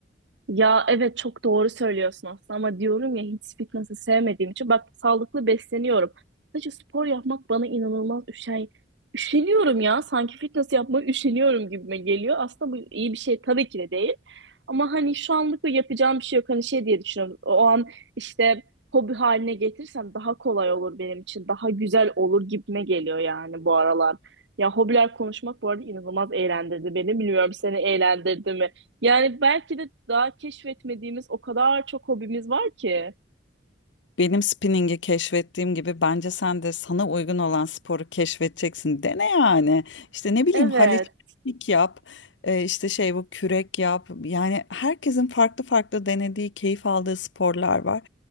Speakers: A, on the right (about 75°); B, on the left (about 85°).
A: Ya evet çok doğru söylüyorsun aslında ama diyorum ya hiç fitnessi sevmediğim için bak sağlıklı besleniyorum. Sadece spor yapmak bana inanılmaz üşen üşeniyorum ya sanki fitness yapmaya üşeniyorum gibime geliyor. Aslında bu iyi bir şey tabii ki de değil. Ama hani şu anlık da yapacağım bir şey yok. Hani şey diye düşünüyorum. O an işte hobi haline getirsem daha kolay olur benim için. Daha güzel olur gibime geliyor yani bu aralar. Ya hobiler konuşmak bu arada inanılmaz eğlendirdi beni. Bilmiyorum seni eğlendirdi mi? Yani belki de daha keşfetmediğimiz o kadar çok hobimiz var ki.
B: Benim spinningi keşfettiğim gibi bence sen de sana uygun olan sporu keşfedeceksin. Dene yani. İşte ne bileyim
A: Evet,
B: halekupik yap, e, işte şey bu kürek yap. Yani herkesin farklı farklı denediği, keyif aldığı sporlar var.